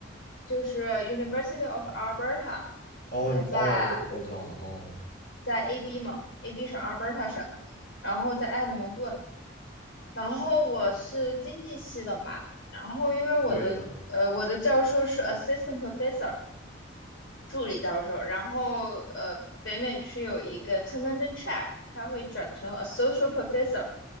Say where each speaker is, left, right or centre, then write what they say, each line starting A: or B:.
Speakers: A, on the left (about 75°); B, on the left (about 45°).
A: 就是 University of Alberta，
B: 哦，
A: 呃在
B: 你哦，我我知道了，哦，
A: 在 AB 嘛，AB 省 Alberta 省，然后在埃德蒙顿。然后我是经济系的嘛，然后因为我的呃我的教授是
B: 对的，
A: assistant professor 助理教授，然后呃北美区有一个 tenure track，他会转成 associate professor，